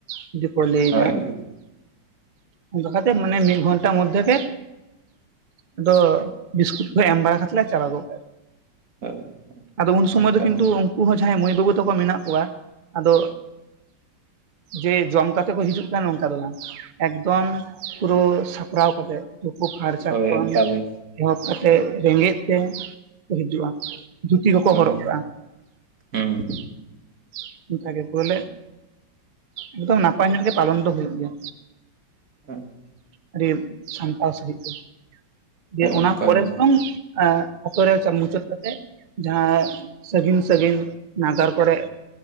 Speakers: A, on the right; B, on the right.
A: ᱡᱩᱫᱤᱠᱚ ᱞᱟᱹᱭᱟᱹᱧᱟ᱾
B: ᱦᱳᱭ
A: ᱚᱱᱠᱟ ᱠᱟᱛᱮᱜ ᱢᱟᱱᱮ ᱢᱤᱫ ᱜᱷᱚᱱᱴᱟ ᱢᱚᱫᱷᱮ ᱜᱮ ᱟᱫᱚ ᱵᱤᱥᱠᱩᱴ ᱠᱚ ᱮᱢ ᱵᱟᱲᱟ ᱠᱟᱛᱮᱫ ᱪᱟᱞᱟᱜᱚᱜ ᱯᱮ᱾
B: <inaudible>
A: ᱟᱫᱚ ᱩᱱ ᱥᱚᱢᱚᱭ
B: ᱚᱱᱠᱟ
A: ᱫᱚ ᱠᱤᱱᱛᱩ ᱩᱱᱠᱩ ᱦᱚᱸ ᱡᱟᱦᱟᱸᱭ ᱢᱟᱹᱭ ᱵᱟᱹᱵᱩ ᱛᱟᱠᱚ ᱢᱮᱱᱟᱜ ᱠᱚᱣᱟ ᱟᱫᱚ ᱡᱮ ᱡᱚᱢ ᱠᱟᱛᱮ ᱠᱚ ᱦᱤᱡᱩᱜ ᱠᱟᱱᱟ ᱱᱚᱝᱠᱟ ᱫᱚ ᱵᱟᱝ ᱮᱠᱫᱚᱢ ᱯᱩᱨᱟᱹ ᱥᱟᱯᱨᱟᱣ ᱠᱟᱛᱮᱜ᱾ ᱛᱩᱯᱩ ᱯᱷᱟᱨᱪᱟ
B: ᱦᱳᱭ
A: ᱠᱷᱚᱱ
B: ᱚᱱᱠᱟ ᱜᱮ
A: ᱮᱦᱚᱵ ᱠᱟᱛᱮᱫ ᱨᱮᱸᱜᱮᱡ ᱛᱮ ᱠᱚ ᱦᱤᱡᱩᱜᱼᱟ᱾ ᱫᱷᱩᱛᱤ ᱠᱚᱠᱚ
B: ᱦᱩᱸ
A: ᱦᱚᱨᱚᱜ ᱠᱟᱜᱼᱟ
B: ᱦᱩᱸ
A: ᱾ ᱚᱱᱠᱟ ᱜᱮ ᱵᱚᱞᱮ ᱮᱠᱫᱚᱢ ᱱᱟᱯᱟᱭ ᱧᱚᱜ ᱜᱮ ᱯᱟᱞᱚᱱ ᱫᱚ ᱦᱩᱭᱩᱜ ᱜᱮᱭᱟ᱾
B: <inaudible>
A: ᱟᱹᱰᱤ ᱥᱟᱢᱴᱟᱣ ᱥᱟᱹᱦᱤᱡ ᱛᱮ, ᱫᱤᱭᱮ ᱚᱱᱟ
B: ᱚᱱᱠᱟ
A: ᱯᱚᱨᱮ
B: ᱜᱮ
A: ᱵᱚᱨᱚᱝ ᱟᱛᱳ ᱨᱮ ᱪᱟ ᱢᱩᱪᱟᱹᱫ ᱠᱟᱛᱮᱜ ᱡᱟᱦᱟᱸ ᱥᱟᱹᱜᱤᱧ-ᱥᱟᱹᱜᱤᱧ ᱱᱟᱜᱟᱨ ᱠᱚᱨᱮᱜ